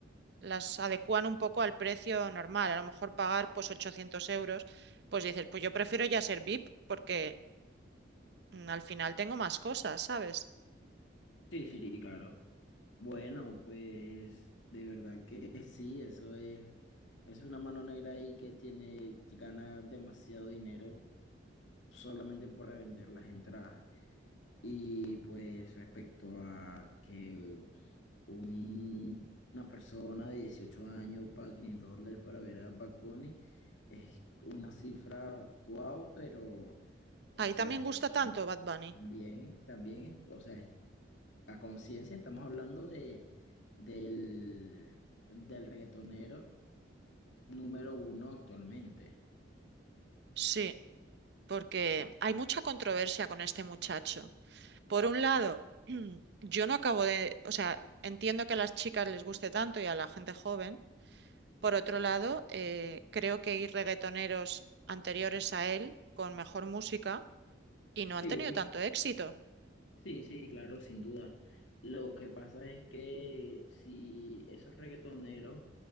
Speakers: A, on the right; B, on the left.
A: las adecúan un poco al precio normal, a lo mejor pagar pues 800 euros, pues dices, pues yo prefiero ya ser VIP porque mm, al final tengo más cosas, ¿sabes?
B: Sí, sí, sí, claro. Bueno, pues de verdad que sí, eso es, es una mano negra ahí que tiene, gana demasiado dinero solamente por revender las entradas. Y pues respecto a que un- una persona de 18 años paga 500 dólares para ver a Bad Bunny, es una cifra guau, pero,
A: Ahí
B: o sea,
A: también gusta tanto
B: tam-
A: Bad Bunny.
B: también, también, o sea, a conciencia estamos hablando de, del, del reggaetonero número uno actualmente.
A: Sí, porque hay mucha controversia con este muchacho. Por un lado, <clears throat> yo no acabo de, o sea, entiendo que a las chicas les guste tanto y a la gente joven. Por otro lado, eh, creo que hay reggaetoneros anteriores a él con mejor música y no
B: Sí,
A: han tenido
B: sí,
A: tanto éxito.
B: sí, sí, claro, sin duda. Lo que pasa es que si esos reggaetoneros